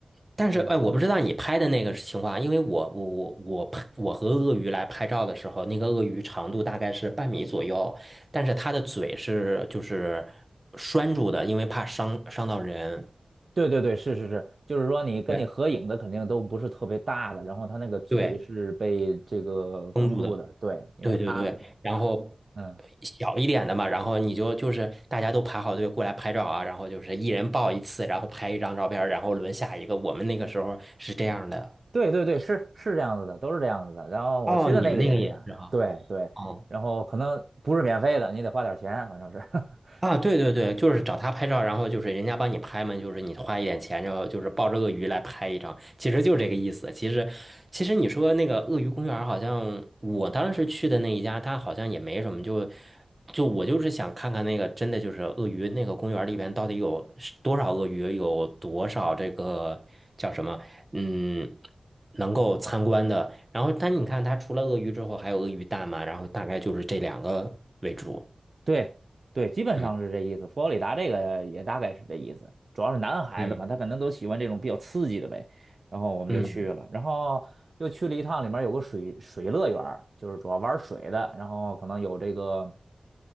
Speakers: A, on the right; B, on the right.
A: 但是，
B: 各有各样
A: 哎，我不知道你拍的那个情况啊，因为我我我我拍我和鳄鱼来拍照的时候，那个鳄鱼长度大概是半米左右，但是它的嘴是就是拴住的，因为怕伤伤到人。
B: 对对对，是是是，就是说你跟你合影的肯定都不是特别大的，
A: 对
B: 然后他那个嘴是被这个封住的，
A: 对，封住的。
B: 对，因为他，
A: 对对对，然后呃小一点的嘛，
B: 嗯，
A: 然后你就就是大家都排好队过来拍照啊，然后就是一人抱一次，然后拍一张照片儿然后轮下一个。我们那个时候是这样的。
B: 对对对，是是这样子的，都是这样子的。然后我去的那个也是这样，
A: 哦，你们那个也是哈。
B: 对对，
A: 哦
B: 然后可能不是免费的，你得花点钱，反正是。<laughs>
A: 啊，对对对，就是找他拍照，然后就是人家帮你拍嘛，就是你花一点钱，然后就是抱着鳄鱼来拍一张，其实就是这个意思。其实，其实你说那个鳄鱼公园，好像我当时去的那一家，它好像也没什么，就就我就是想看看那个真的就是鳄鱼那个公园里边到底有是多少鳄鱼，有多少这个叫什么，嗯，能够参观的。然后，但你看它除了鳄鱼之后还有鳄鱼蛋嘛，然后大概就是这两个为主。
B: 对对，基本上是这意思。
A: 嗯
B: 佛罗里达这个也大概是这意思，主要是男孩子嘛，
A: 嗯
B: 他可能都喜欢这种比较刺激的呗。然后我们就去了，
A: 嗯。
B: 然后又去了一趟，里面有个水水乐园儿就是主要玩水的，然后可能有这个